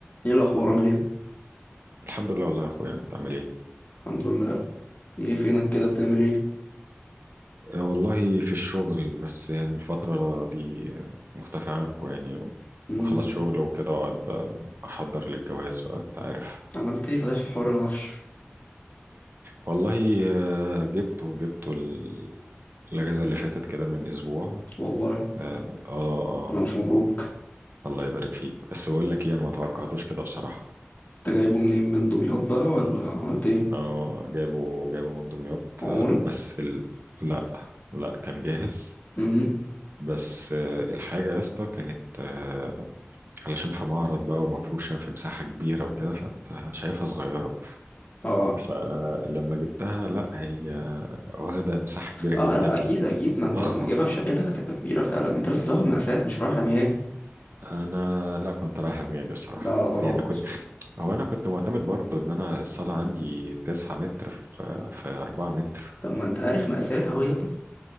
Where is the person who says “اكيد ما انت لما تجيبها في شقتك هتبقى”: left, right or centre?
Left